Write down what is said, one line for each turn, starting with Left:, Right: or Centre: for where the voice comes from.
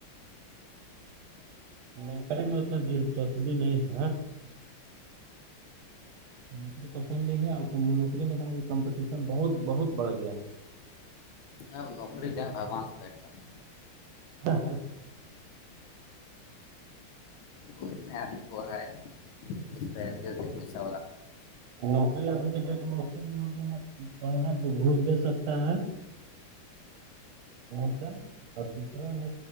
Right: نوکری میں اتناس بھی نہیں ہے نوکری پسند نہیں ہے اور نوکری میںب کمپٹیشن بہت بہت بڑھ گیا ہے
Left: ا اب نوکری دیں بھگوان سے بیٹھ کر
Right: ہاں ہاں
Left: کچ نہیں آ ب رہئے کچھ پیر پیسہ
Right: نوکری ابھی کے ڈیٹ میں مفکل ہی ہوگیا ن پہنا جو گھس دے سکتا ہے مورچا اور دوسرا ہے